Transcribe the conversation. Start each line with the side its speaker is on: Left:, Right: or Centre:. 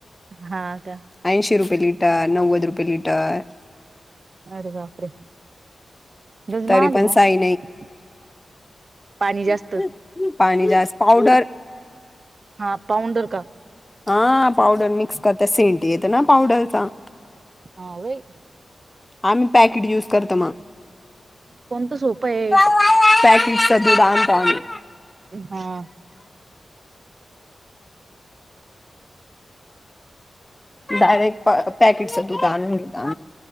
Right: हा त्या
Left: ऐंशी रुपये लिटर नव्वद रुपये लिटर
Right: अरे बापरे रज महाग
Left: तरी पण
Right: मग
Left: साई
Right: पाणी जास्त
Left: नाही पाणी जास्त पावडर
Right: हा पावंडर का
Left: हा पावडर मिक्स करता सेंट येत ना पावडरचा
Right: हा होय.
Left: आम्ही पॅकेट युज करतो मग
Right: कोणतं सोपं आहे.
Left: <unintelligible>
Right: हा.
Left: डायरेक्ट पॅकेटचं दुध आणून घेता